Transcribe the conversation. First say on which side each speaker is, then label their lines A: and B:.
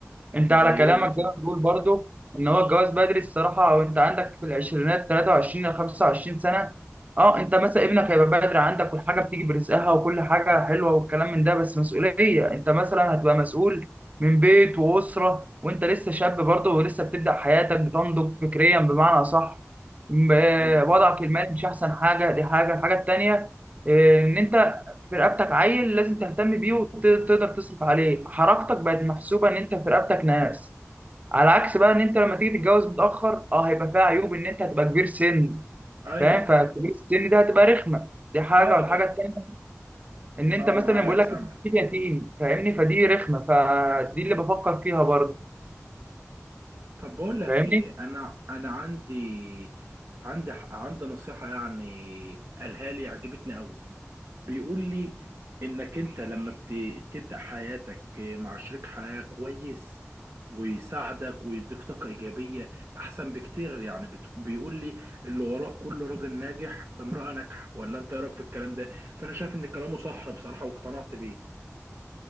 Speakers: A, on the right; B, on the right.
A: انت
B: زي
A: على كلامك
B: ايه مثلا
A: ده بتقول برضو ان هو الجواز بدري الصراحه وانت عندك في العشرينات 23 ل 25 سنه اه انت مثلا ابنك هيبقى بدري عندك والحاجه بتيجي برزقها وكل حاجه حلوه والكلام من ده بس مسؤوليه انت مثلا هتبقى مسؤول من بيت واسره وانت لسه شاب برضو ولسه بتبدا حياتك بتنضج فكريا بمعنى صح م- آه،
B: بز...
A: وضعك المالي مش احسن حاجه دي حاجه الحاجه التانيه آه، ان انت في رقبتك عيل لازم تهتم بيه وتقدر تصرف عليه حركتك بقت محسوبه ان انت في رقبتك ناس على عكس بقى ان انت لما تيجي تتجوز متاخر اه هيبقى فيها عيوب ان انت هتبقى كبير سن
B: ايوه
A: فاهم فكبير السن ده هتبقى رخمه دي حاجه
B: اه
A: والحاجه
B: ب...
A: التانيه ان انت
B: اه
A: مثلا
B: معاك
A: بيقول لك
B: سامح
A: انت يتيم فاهمني فدي رخمه فدي اللي بفكر فيها برضه
B: طب بقول لك
A: فاهمني
B: ايه انا انا عندي عندي عندي نصيحه يعني قالها لي عجبتني قوي بيقول لي انك انت لما بت- بتبدأ حياتك مع شريك حياة كويس ويساعدك ويديك طاقة إيجابية أحسن بكتير يعني بت- بيقول لي اللي وراء كل راجل ناجح امرأة ناجحة ولا أنت إيه رأيك في الكلام ده؟ فأنا شايف إن كلامه صح بصراحة واقتنعت بيه.